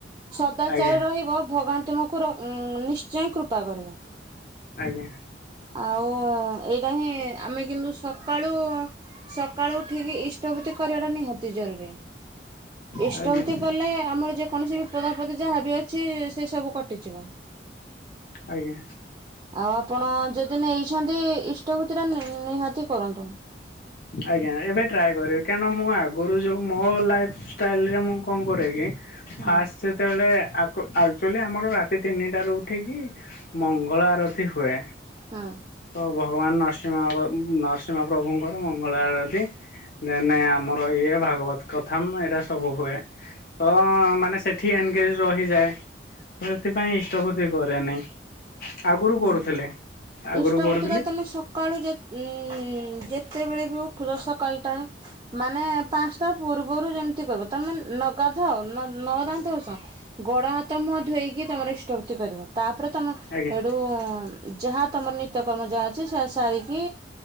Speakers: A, on the right; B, on the left.
A: ସଦାଚାର
B: ଆଜ୍ଞା
A: ରହିବ ଭଗବାନ ତୁମକୁ ର ଉ-ଉ-ଉମ୍ ନିଶ୍ଚୟ କୃପା କରିବ।
B: ଆଜ୍ଞା।
A: ଆଉ ଏଇଟା ହିଁ ଆମେ କିନ୍ତୁ ସକାଳୁ ସକାଳୁ ଉଠିକି ଇଷ୍ଟବୃତି କରିବା ଟା ନିହାତି ଜରୁରୀ। ଇଷ୍ଟବତି
B: ଆଜ୍ଞା ଆଜ୍ଞା
A: କଲେ ଆମର ଯେକୌଣସି ବି ବିପଦ ଆପଦ ଯାହା ବି ଅ ଛି ସେ ସବୁ କଟିଯିବ।
B: ଆଜ୍ଞା।
A: ଆଉ ଆପଣ ଯଦି ନେଇଛନ୍ତି ଇଷ୍ଟପତି ଟା ନି ନିହାତି କରନ୍ତୁ।
B: ଆଜ୍ଞା ଏବେ ଟ୍ରାଏ କରିବି କାରଣ ମୁଁ ଆଗରୁ ଯୋଉ ମୋ ଲାଇଫ ଷ୍ଟାଇଲ ରେ ମୁଁ କଣ କରେ କି
A: ହୁଁ
B: ଫାଷ୍ଟ ଯେତେବେଳେ ଆକୁ ଆ ଆକ୍ଚୁଆଲି ଆମର ରାତି ତିନିଟାରୁ ଉଠିକି ମଙ୍ଗଳ ଆରତି ହୁଏ।
A: ହଁ।
B: ତ ଭଗବାନ ନରସିଂମା ଅବ ନରସିଂହ ପ୍ରଭୁଙ୍କର ମଙ୍ଗଳା ଆଳତି‌। ଦେନ ଆମର ଇଏ ଭାଗବତ କଥାମ୍ ଏଇଟା ସବୁ ହୁଏ ତ ମାନେ ସେଠି ଏନଗେଜ ରହିଯାଏ। ତ ଏଥିପାଇଁ ଇଷ୍ଟପତି କରେନି। ଆଗରୁ
A: ହଁ
B: କରୁଥିଲେ। ଆଗରୁ
A: ଇଷ୍ଟପତି
B: କରୁଥିଲି
A: ଟା ତୁମେ ସକାଳୁ ଯେ ଉମ୍-ମ୍-ମ୍-ମ୍ ଯେ କେତେବେଳେ ବି ଉଠୁଛ ସକାଳ ଟାଇମ୍ ମାନେ ପାଞ୍ଚଟା ପୂର୍ବରୁ ଯେମିତି କରିବ ତମେ ନ ଗାଧଅ ନ ଦାନ୍ତଘସ ଗୋଡ଼ ହାତ ମୁହଁ ଧୋଇକି ତମର ଇଷ୍ଟବତି କରିିବ ତା ପର ତମ
B: ଆଜ୍ଞା
A: ସେଇଠୁ-ଉ-ଉ-ଉ ଯାହା ତମର ନିତ୍ୟକର୍ମ ଯାହା ଅଛି ସେ ସାରିକି